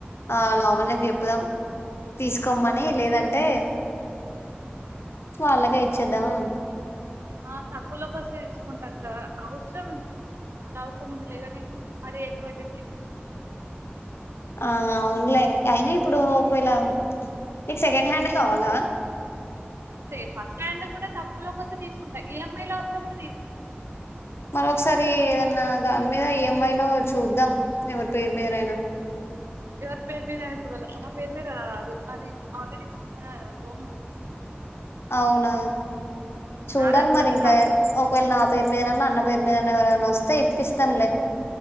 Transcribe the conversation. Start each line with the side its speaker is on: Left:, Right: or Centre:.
Left: ఆ లావణ్యకి చెప్పుదాం తీసుకోమ్మని లేదన్ టె వాళ్ళకె
Right: ఆ
Left: ఇచ్చేద్దామా
Right: ఆ తక్కువలొకొస్సె తీస్ ఉంటక్క అవసరం ఇప్పుడు చాలా అవసరం ఉంది లేగాని మరీ ఎక్కువైతే తీసుకోలేం కద
Left: ఆ అవున్లే అయినా ఇప్పుడు ఒకవేళ నీకు సెకండ్ హ్యాండే కావాలా
Right: సె ఫస్టాండ్ కూడా తక్కువులోకి ఒస్ తీసుకుంట ఈఎంఐలో వస్తె కూడా తీసుకుంట
Left: మరొక్సారి ఏదన్నా దాని మీద ఈఎంఐ లో చూద్దాం ఎవర్ పేర్మీదనైనా
Right: ఎవరి పేరు మీదనైన చూడాలక్క నా పేరు మీద రాదు నాది ఆల్రెడీ చిన్నా లోన్ ఉంది
Left: అవునా చూడాల్
Right: నా దాంట్లో
Left: మరి
Right: అంటే
Left: ఇంకా
Right: నా దాంట్లో
Left: ఒకవేళ్ నాపేర్ మీదనన్న అన్న పేరు మీదనా ఎవరైనా వస్తే ఇప్పిస్తాన్లే